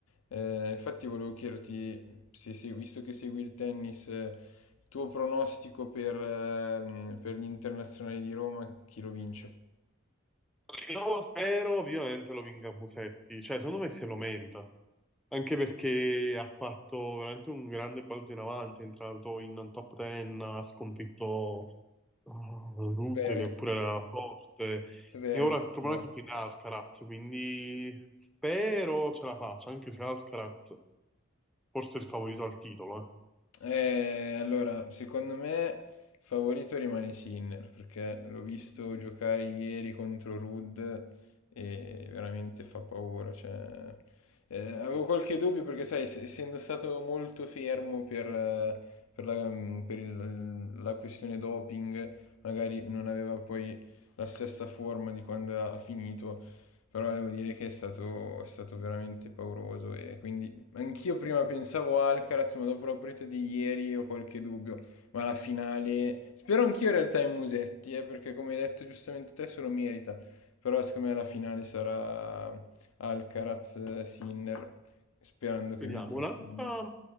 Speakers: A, on the left; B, in the centre.
A: eh, infatti volevo chiederti, se segui- visto che segui il tennis... Tuo pronostico per, ehm, per gli internazionali di Roma, chi lo vince?
B: Io spero ovviamente lo vinca Musetti, cioè secondo me se lo merita. Anche perché ha fatto veramente un grande balzo in avanti, è entrato in top 10, ha sconfitto uh, Rude,
A: Zverev,
B: che pure era forte,
A: Zverev,
B: e ora il problema
A: Zverev.
B: è che tiene Alcaraz, quindi spero ce la faccia, anche se Alcaraz forse è il favorito al titolo.
A: Eh, allora, secondo me il favorito rimane Sinner perché l'ho visto
B: eh.
A: giocare ieri contro Rudd e veramente fa paura. cioè, eh, avevo qualche dubbio perché, sai, ess- essendo stato molto fermo per, eh, per la, per il- la questione doping, magari non aveva poi la stessa forma di quando ha finito, però devo dire che è stato, è stato veramente pauroso e quindi. Anch'io prima pensavo Alcaraz, ma dopo la partita di ieri ho qualche dubbio. Ma la finale. Spero anch'io in realtà in Musetti, eh, perché come hai detto giustamente te, se lo merita. Però secondo me la finale sarà Alcaraz-Sinner, sperando che
B: Vediamo,
A: vinca
B: un'altra...
A: Sinner.